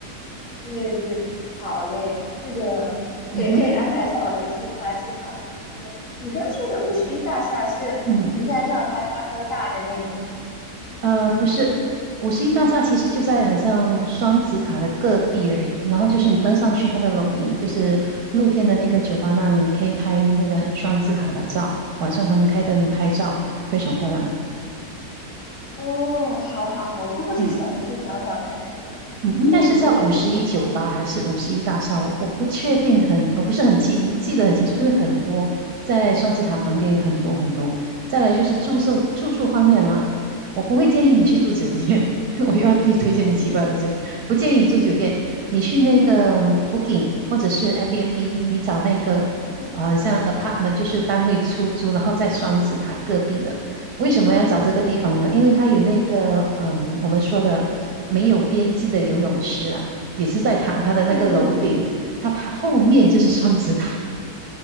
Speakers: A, on the left; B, on the right.
A: 对对，好嘞，这个我也可以安排上我的计划计划表现。
B: 嗯哼，
A: 你刚刚说的五十一大厦是人家叫他大哥大的那个吗？
B: 嗯。呃，不是，五十一大厦其实就在很像双子塔的隔壁而已。然后就是你登上去它的楼顶，就是露天的那个酒吧那里，你可以拍那个双子塔的照。晚上他们开灯，你拍照非常漂亮。
A: 哦，好好好，我过后去小红书找找看那个具体的攻略。
B: 嗯。嗯，应该是叫五十一酒吧还是五十一大厦，
A: 嗯
B: 我我不确定很，我不是很清记得很清楚，因为很多在双子塔旁边有很多很多。再来就是住宿住宿方面啊，我不会建议你去住酒店，<laughs> 我又要推推荐你奇怪的东西，
A: 嗯
B: 不建议你住酒店，你去那个嗯 Booking 或者是 Airbnb，你找那个呃像
A: 嗯
B: apartment 就是单位出租，然后在双子塔隔壁的。为什么要找这个地方呢？因为它有那个，嗯，我们说的没有边际的游泳池啊，也是在塔它的那个楼顶，
A: 嗯嗯
B: 它爬后面就是双子塔。